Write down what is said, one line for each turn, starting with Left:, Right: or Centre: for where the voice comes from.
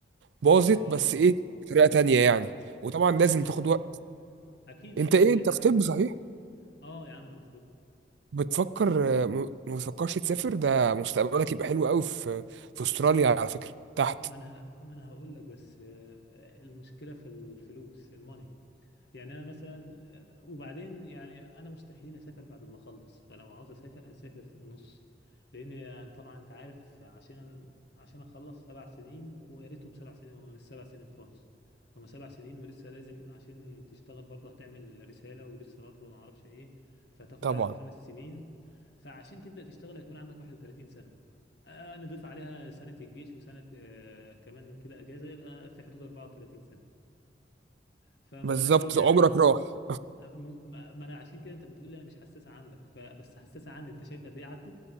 Right: باظت
Left: اه
Right: بس
Left: اه
Right: ايه بطريقه تانية يعني
Left: تمام
Right: وطبعا لازم
Left: فاهم
Right: تاخد
Left: قصدك
Right: وقت
Left: اكيد
Right: انت
Left: اكيد
Right: ايه
Left: اي
Right: انت
Left: حاجه
Right: في طب صحيح
Left: اه يا عم انا في طب
Right: بتفكر آه، م- ما بتفكرش تسافر ده مستقبلك يبقى حلو قوي في في استراليا على فكره تحت
Left: ما انا ه- ما انا هقول لك بس آه، المشكله في الفلوس الماني يعني انا مثلا آه، وبعدين يعني انا مستحيل اسافر بعد ما اخلص فلو عاوز اسافر هسافر في النص لان يعني طبعا انت عارف عشان عشان اخلص سبع سنين ويا ريتهم سبع سنين وما مش سبع سنين خالص هما سبع سنين ولسه لازم عشان تشتغل برضه هتعمل رسالة ولسه برضه ما اعرفش ايه فهتاخد
Right: طبعا
Left: عليهم خمس سنين فعشان تبدأ تشتغل هيكون عندك 31 سنة آه، نضيف عليها سنة الجيش وسنة آه، كمان كده اجازة يبقى في حدود 34 سنة فمستحيل
Right: بالظبط
Left: يعني
Right: عمرك راح
Left: م- ما ما انا عشان كده انت بتقول لي انا مش حساسه عندك فبس حساسه عندي انت شايف قد ايه عدوا